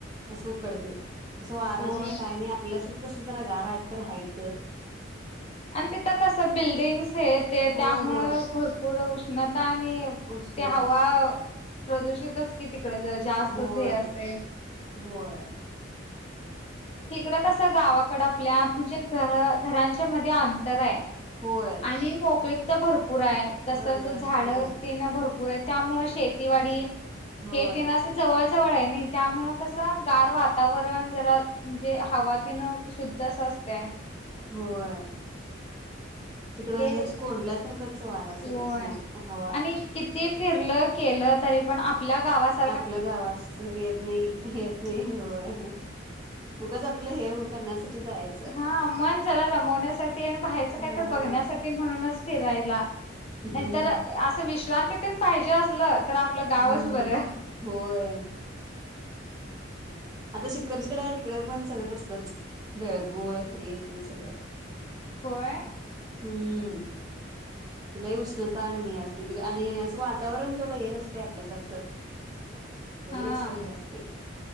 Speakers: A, on the right; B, on the left.
A: असं उकडते. असं वारं
B: होय.
A: नाही काय नाही आपल्यासारखं कसं जरा गारा आहे तर राहायचं.
B: आणि तिथं कस बिल्डिंग्स हे ते
A: होय
B: त्यामु
A: होय.
B: भरपूर उष्णता आणि
A: उष्णता
B: त्या हवा प्रदूषितच कि तिकडे जर जास्तच
A: होय
B: हे असते.
A: होय
B: इकडं कसं गावाकड आपल्या म्हणजे घर घरांच्या मध्ये अंतर आहे
A: होय
B: मी मोकळी तर भरपूर आहे तसच
A: भरपूर
B: झाड
A: असते होय
B: ते ना भरपूर पुर त्यामुळे शेतीवाडी
A: होय.
B: हेना जवळ जवळ आहे नाही त्यामुळेळ कसं गार वातावरण जरा म्हणजे हवा तीन शुद्ध असं असते
A: होय. तिकडं
B: ते
A: हेच कोंडल्यासारखंच वार
B: होय
A: असल. हे हवा
B: आणि किती फिरलं केलं तरी पण आपल्या गावास
A: आपल्या गावास येत नाही. येत नाही होय उगच आपलं हे करण्यासाठी जायचं.
B: हा मन झाला रमवण्यासाठी आणि बाहेरचं काय
A: हा
B: तर बघण्यासाठी म्हणूनच फिरायला.
A: ह.
B: नाहीतर असं विश्रांतीतून पाहिजे असलं तर. गावच
A: हम्म
B: बरं
A: होय आता शिक्खरजकडे आहे तिकडे पण सगळत असतात. नळगुळ हे ते सगळं
B: होय.
A: हम्म तुलाही उष्णता आणि हे असते आणि असं वातावरण थोडं हे नसते आपल्यासारखं नाही
B: हा
A: अस हे असते